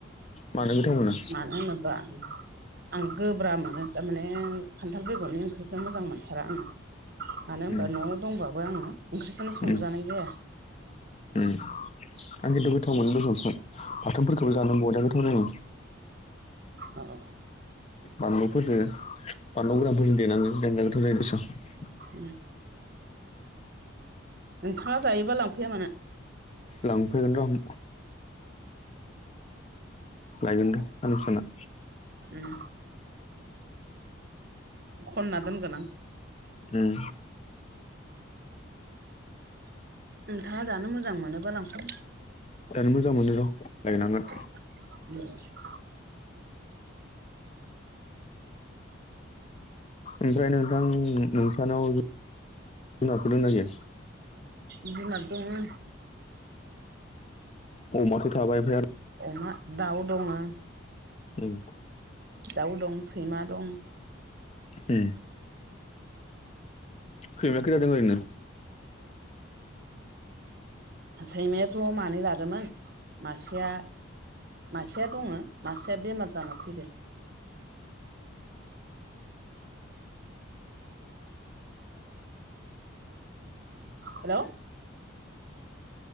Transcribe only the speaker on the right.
मानो होनोबा आं गोब्रा मोनो थारमाने खान्थाल बेगरनि ओंख्रि खो मोजां मोनथारा आङो मानो होनबा
न'आव दंबाबो आङो ओंख्रिखौनो संजानाय
जाया
अ अ
उम नोंथाङा जायोबा लांफैया मानो
उम खनना दोनगोन आं
नोंथाङा जानो मोजां मोनोबा लांफै
उम
जुनार दंङो
अमा, दाउ दङो
दाउ दं, सैमा दं
सैमायाथ' मानै लादोंमोन मासेया मासेया दङो मासेया बेमार जाना थैदो हेलौ